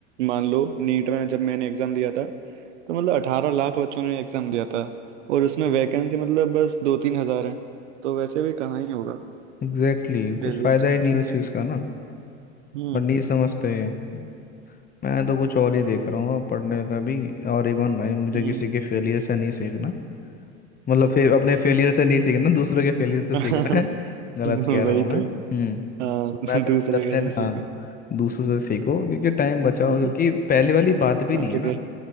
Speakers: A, on the right; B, on the left.
A: मान लो नीट में जब मैंने एग्जाम दिया था तो मतलब अठारह लाख बच्चों ने एग्जाम दिया था और उसमें वैकेंसी मतलब बस दो तीन हजार है तो वैसे भी कहाँ ही होगा
B: Exactly exactly.
A: के
B: कुछ
A: लिए
B: फ़ायदा
A: चांस
B: ही नहीं उस चीज़ का ना
A: हम्म
B: बट नहीं समझते हैं मैं तो कुछ और ही देख रहा हूँ अब पढ़ने का भी और इवन भाई मुझे
A: हम्म।
B: किसी के फेलियर से नहीं सीखना मतलब फिर अपने फेलियर से नहीं सीखना दूसरों के फेलियर से
A: <laughs>
B: सीखना है <laughs> गलत
A: वही
B: कह रहा हूँ मैं
A: तो
B: हम्म।
A: हाँ
B: तो मैं तो
A: दूसरे
B: गलत
A: कैसे
B: है
A: सीखो
B: हाँ दूसरों से सीखो क्योंकि टाइम बचाओ
A: हम्म
B: क्योंकि पहले वाली बात भी नहीं
A: और
B: है ना
A: क्या